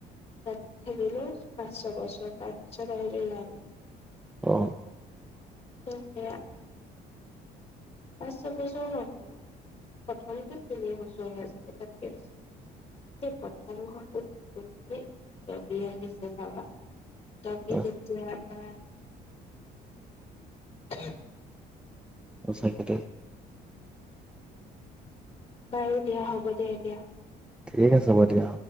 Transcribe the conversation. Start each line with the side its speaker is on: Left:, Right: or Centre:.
Left: তাত থাকিলো পাঁচ ছ বছৰ তাৰ পিছত আহিলো ইয়ালে।
Centre: অ,
Left: অ', সেয়া। পাঁচ, ছয় বছৰ নহয় প্ৰথমটো তিনি বছৰে যানে তাতকে বছ সেই প্ৰথম ঘৰটো থি আহিছে ভাবা। দগি
Centre: অ',
Left: তেতিয়া পাছ উ
Centre: সচাকে <inaudible>
Left: বাৰু দিয়া হ'ব দিয়া এতিয়া।
Centre: ঠিক আছে হব দিয়া।